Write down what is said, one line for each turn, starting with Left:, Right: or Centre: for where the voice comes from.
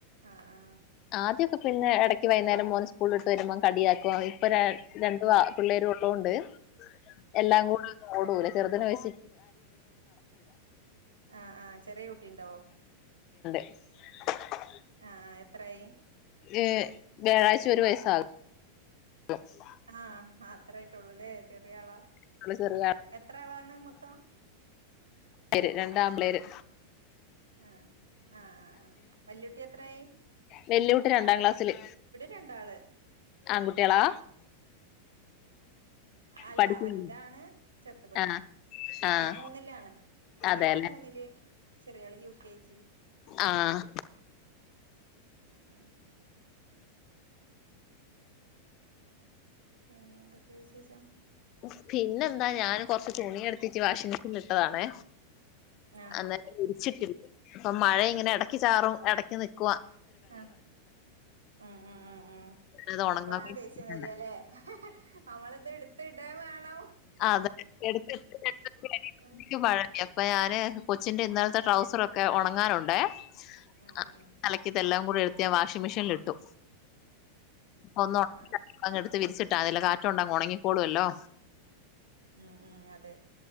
Right: ആഹ് ആഹ്
Left: ആദ്യംക്കെ പിന്നെ ഇടക്ക് വൈകുന്നേരം മോന് സ്കൂളിലിട്ട് വരുമ്പോം കടിയാക്കും. ഇപ്പൊ രണ്ടു പിള്ളേരും ഉളള കൊണ്ട് എല്ലാം കൂടെ ഒന്ന് ഓടൂല. ചെറുതിന്‌ വി
Right: ആ ആ ചെറിയകു ണ്ടോ?
Left: <unintelligible>
Right: ആ എത്രായായി?
Left: ഏ വ്യാഴാഴ്ച ഒരു വയസ്സാകും. <unintelligible>
Right: ആ അത്ര ആയിട്ടള്ളൂല്ലേ ചെറിയ ആളാ.
Left: ആഹ് ചെറിയ
Right: എത്ര ആളാ? ണ മൊത്തം.
Left: പേര് രണ്ടാം പേര്
Right: ആഹ് ആഹ് ആ ആ വല്യ കുട്ടി എത്രയായി?
Left: വെല്ല്യ കുട്ടി രണ്ടാം ക്ലാസ്സില്.
Right: രണ്ടാള്
Left: ആൺകുട്ടികളാ?
Right: ആഹ് അല്ല
Left: പഠിക്കുന്നു
Right: വൽതാണ്. ചെറ്ത് പെണ്ണ്.
Left: ആഹ് ആഹ്
Right: ആ മൂന്നിലാണ് വല്യാള്
Left: അതെല്ലെ
Right: മൂന്നില് ചെറിയാള് യു കെ ജി
Left: ആഹ്
Right: ആ പിന്നെ എന്തൊക്കെയാ വിശേഷം?
Left: ഉഫ് പിന്നെന്താ ഞാനും. കൊറച്ച് തുണിയെട്ത്തിട്ട് വാഷിംഗ് മെഷീന്ല് ഇട്ടതാണെ.
Right: ആ
Left: അന്നേരം വിരിച്ചിട്ടി ഇപ്പം മഴ ഇങ്ങനെ എടക്ക് ചാറും എടയ്ക്ക് നിക്ക്
Right: ആ ഉം ഉം ഉം ഉം.
Left: അത് ഉണങ്ങാൻ
Right: അപ്പഴാണ് ദേഷ്യം
Left: വേണ്ടി
Right: വര്കാല്ലേ? നമ്മളിത് എടുത്തിടേം വേണ ണോ
Left: അതെ. എട്ത്തിട്ട്
Right: ഉം
Left: <inaudible> മഴ എപ്പ ഞാന് കൊച്ചിന്റെ ഇന്നലത്തെ ട്രൗസറൊക്കെ ഒണങ്ങാനുണ്ടേ.
Right: ഉം
Left: അ
Right: ഉം
Left: അലക്കിയതെല്ലാം. കൂടെയെട്ത്ത് ഞാൻ വാഷിംഗ് മെഷീൻലിട്ടു. ഒന്നൊണങ്ങിയാ
Right: ആ ആ
Left: അങ്ങെടുത്ത് വിരിച്ചിട്ട് ട്ടതിലെ കാറ്റ് കൊണ്ട അങ്ങൊണങ്ങിക്കോളുവല്ലോ.
Right: ഉം ഉം അതെ.